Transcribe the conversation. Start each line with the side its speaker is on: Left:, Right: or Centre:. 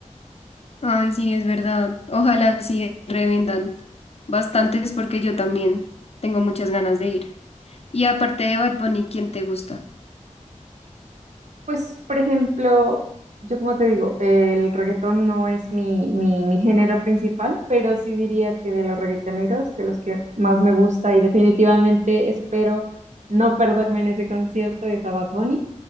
Left: Ay, sí, es verdad. Ojalá sí revendan bastantes porque yo también tengo muchas ganas de ir. Y aparte de Bad Bunny, ¿quién te gusta?
Right: Pues, por ejemplo, yo como te digo, el reggaetón no es mi, mi, mi género principal, pero sí diría que de los reggaetoneros, de los que más me gusta y definitivamente espero no perderme en ese concierto es a Bad Bunny,